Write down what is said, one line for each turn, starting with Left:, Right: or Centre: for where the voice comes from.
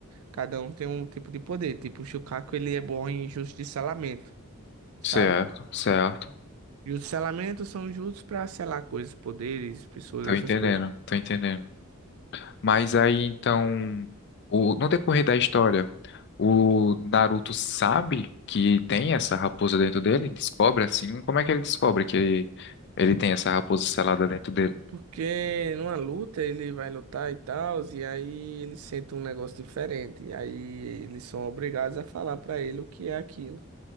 Right: Cada um tem um tipo de poder. Tipo, o Shukaku, ele é bom em justiçalamento, sabe?
Left: certo, certo.
Right: E os selamentos são justos pra selar coisas, poderes, pessoas,
Left: Tô
Right: essas
Left: entendendo,
Right: coisas.
Left: tô entendendo. Mas aí então, o, no decorrer da história, o Naruto sabe que tem essa raposa dentro dele? Descobre assim? Como é que ele descobre que ele tem essa raposa selada dentro dele?
Right: Porque numa luta ele vai lutar e tal, e aí ele sente um negócio diferente. E aí eles são obrigados a falar pra ele o que é aquilo.